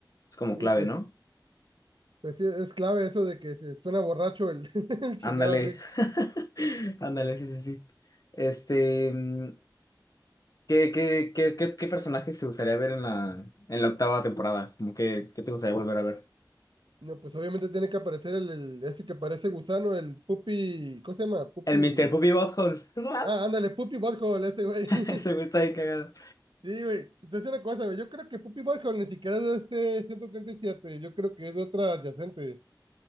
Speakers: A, on the left; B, on the right.
A: Es como
B: sí,
A: clave,
B: pues.
A: ¿no?
B: Pues sí, es clave eso de que se suena borracho el, <laughs> el chingado
A: Ándale.
B: Rick.
A: <laughs> Ándale, sí, sí, sí. Este, mm, ¿qué, qué, qué, qué, qué personajes te gustaría ver en la, en la octava temporada? Como que, ¿qué te gustaría volver a ver?
B: No, pues obviamente tiene que aparecer el, el ese que parece gusano, el Puppy, ¿cómo se llama? Puppy.
A: El Mr. Poopy Butthole. <laughs>
B: Ah, ándale, Puppy Butthole, ese güey.
A: Ese güey
B: <laughs>
A: está bien cagado.
B: Sí, güey. Entonces una cosa, güey. Yo creo que Puppy Butthole ni siquiera es de ese ciento treinta y siete Yo creo que es de otra adyacente.